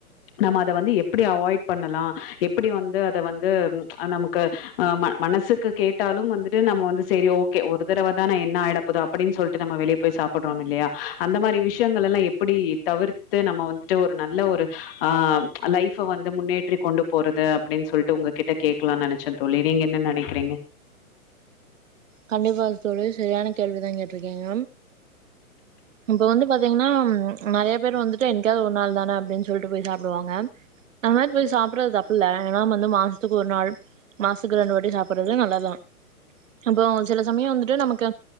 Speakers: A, on the left; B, on the right.
A: நம்ம அத வந்து எப்டி அவாய்ட் பண்ணலா எப்டி வந்து அத வந்து ப்ச் நமக் கு அ மன மனசுக்கு கேட்டாலு வந்துட்டு நம்ம வந்து சேரி ஓகே ஒரு தடவ தான என்ன ஆயிட போது அப்படின் சொல்லிட்டு நம்ம வெளிய போய் சாப்பட்றோ இல்லியா அந்த மாரி விஷயங்கள் எல்லா எப்படி தவிர்த்து நம்ம வந்துட்டு ஒரு நல்ல ஒரு ஆஹ் லைஃப வந்து முன்னேற்றி கொண்டு போறது அப்படின் சொல்லிட்டு உங்ககிட்ட கேக்கலான் நென ச்ச தோழி நீங்க என்ன நெனக்கிறீங்க
B: கண்டிப்பா தோழி செரியான கேள்வி தா கேட்ருக்கீங்க இப்ப வந்து பாத்தீங்ன்னா நெறைய பேர் வந்துட்டு என்க்காது ஒரு நாள் தானே அப்டின் சொல்ட்டு போய் சாப்டுவாங்க அந் மாரி போய் சாப்பட்றது தப்பில்ல ஏனா வந்து மாசத்துக்கு ஒரு நாள் மாசத்துக்கு ரெண்டு வாட்டி சாப்பட்றது நல்லத் தா இப்போ சில சமயோ வந்துட்டு நமக்கு